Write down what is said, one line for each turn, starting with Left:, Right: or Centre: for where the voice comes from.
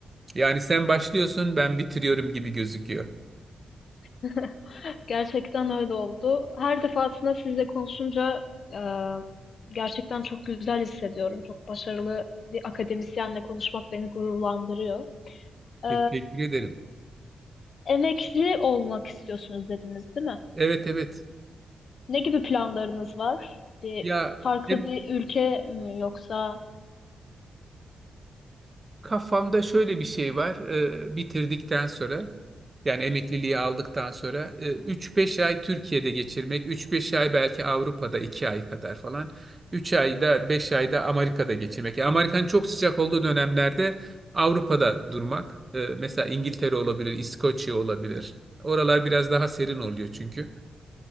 Right: Yani sen başlıyorsun ben bitiriyorum gibi gözüküyor.
Left: <laughs> Gerçekten öyle oldu. Her defasında sizle konuşunca e, gerçekten çok güzel hissediyorum. Çok başarılı bir akademisyenle konuşmak beni gururlandırıyor. E,
Right: Teşekkür ederim.
Left: emekli olmak istiyorsunuz dediniz, değil mi?
Right: Evet evet.
Left: Ne gibi planlarınız var? Bir
Right: Ya
Left: farklı
Right: hem
Left: bir ülke mi yoksa?
Right: kafamda şöyle bir şey var. e, bitirdikten sonra yani emekliliği aldıktan sonra e, 3-5 ay Türkiye'de geçirmek, üç-beş ay belki Avrupa'da 2 ay kadar falan. üç ayda 5 ayda Amerika'da geçirmek. Yani Amerika'nın çok sıcak olduğu dönemlerde Avrupa'da durmak. E, mesela İngiltere olabilir, İskoçya olabilir. Oralar biraz daha serin oluyor çünkü.